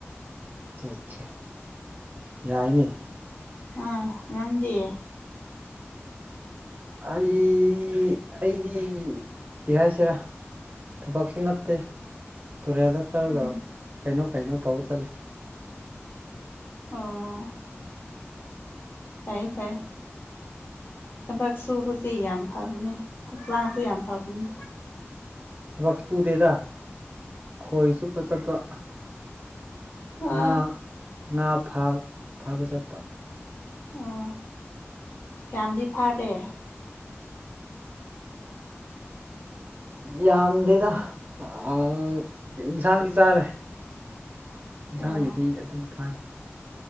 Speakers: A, on the right (about 40°); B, on the left (about 50°).
A: ꯑ <unintelligible> ꯑꯠ <unintelligible> ꯌꯥꯏꯅꯦ
B: ꯑꯥ ꯉꯪꯗꯤ
A: ꯑꯩ ꯑꯩꯗꯤ ꯀꯩ ꯍꯥꯏꯁꯤꯔꯥ ꯊꯕꯛꯁꯨ ꯅꯠꯇꯦ ꯇꯨꯔꯦꯜꯗ ꯆꯠꯂꯒ
B: ꯎꯝ
A: <unintelligible> ꯀꯩꯅꯣ ꯀꯩꯅꯣ ꯇꯧꯕ ꯆꯠꯂꯤ
B: ꯑꯣ ꯐꯩ ꯐꯩ ꯊꯕꯛ ꯁꯨꯕꯁꯤ ꯌꯥꯝ ꯐꯕꯅꯦ ꯍꯛꯆꯥꯡꯁꯨ ꯌꯥꯝ ꯐꯕꯅꯤ
A: ꯊꯕꯛ ꯁꯨꯗꯦꯗ ꯈꯣꯏ ꯆꯨꯞꯄ ꯆꯠꯄ
B: ꯑ
A: ꯉꯥ ꯉꯥ ꯐ ꯐꯥꯕ ꯆꯠꯄ
B: ꯑꯣ ꯀꯌꯥꯝꯗꯤ ꯐꯔꯦ
A: ꯌꯥꯝꯗꯦꯗ ꯑ ꯏꯟꯁꯥꯡ ꯆꯥꯔꯦ ꯌꯦꯟꯁꯥꯡꯒꯤꯗꯤ
B: ꯑꯣ
A: ꯑꯗꯨꯝ ꯐꯥꯔꯦ